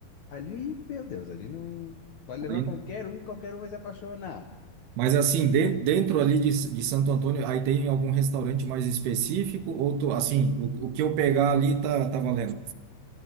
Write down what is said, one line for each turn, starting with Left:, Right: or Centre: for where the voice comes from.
Left: ali, meu Deus, ali não, pode levar
Right: Ali
Left: qualquer um, qualquer um vai se apaixonar,
Right: Mas assim, de- dentro ali de, S- de Santo Antônio, aí tem algum restaurante mais específico? Ou tu, assim, o, o que eu pegar ali tá, tá valendo?